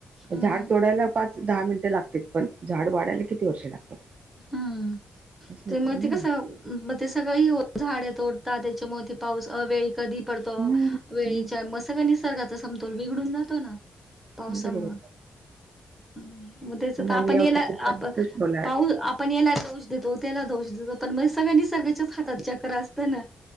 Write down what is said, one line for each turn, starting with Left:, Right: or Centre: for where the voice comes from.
Centre: हम्म
Right: झाड तोडायला पाच दहा मिनिटं लागते पण झाड वाढायला किती वर्षे लागतात?
Centre: हम्म
Right: असं
Centre: ते
Right: होतय
Centre: मग
Right: ना
Centre: ते कसं मग ते सगळं ही झाडे तोडतात त्याच्यामुळे ती पाऊस अवेळी कधी पडतो.
Right: हम्म
Centre: वेळेच्या मग सग निसर्गाचा समतोल बिघडून जातो ना. पावसामुळे
Right: अगदी बरोबर
Centre: मग त्याच
Right: पण
Centre: आपण
Right: आम्ही यावर्षी
Centre: याला
Right: तर
Centre: आप
Right: प्रश्नला
Centre: पाऊस आपण याला दोष देतो त्याला दोष देतो. पण मग सगळं निसर्गाच्याच हातात चक्र असत ना